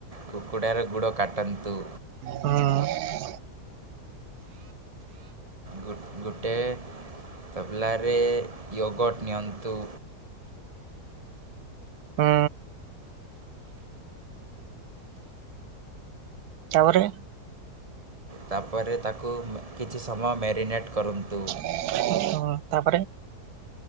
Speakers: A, on the right (about 20°); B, on the right (about 70°).
A: କୁକୁଡାର ଗୁଡ କାଟନ୍ତୁ।
B: ହଁ।
A: ଗୋ -ଗୋଟେ ତବଲା ରେ ୟୋଗଟ୍ ନିଅନ୍ତୁ
B: ହଁ। ତାପରେ?
A: ତାପରେ ତାକୁ ଉଁ -କିଛି ସମୟ ମ୍ୟାରିନେଟ୍ କରନ୍ତୁ।
B: ହଁ- ତାପରେ?